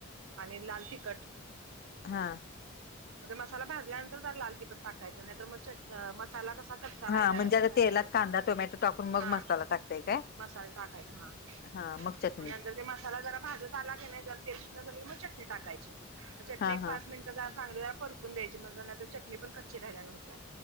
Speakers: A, on the right (about 75°); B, on the left (about 45°).
A: आणि लाल तिखट
B: हा
A: मग मसाला भाजल्यानंतर जर लाल तिखट टाकायचं नाही तर मग चट मसाला कसा कच्चा
B: हा
A: राहिला
B: म्हणजे
A: राहिला
B: आता तेलात
A: होता
B: कांदा
A: ते.
B: टोमॅटो टाकून मग
A: हा
B: मसाला टाकताय काय
A: मसाला टाकायचा हा
B: हा चटणी
A: मग नतर मसाला जरा भाजत आला कनी जरा तेल सुटल कनी मग चटणी टाकायची चटणी
B: हा
A: एक
B: हा
A: पाच मिनिट चग परतून द्यायची म्हण चटणी पण कच्ची राहिल्या नव्हत्या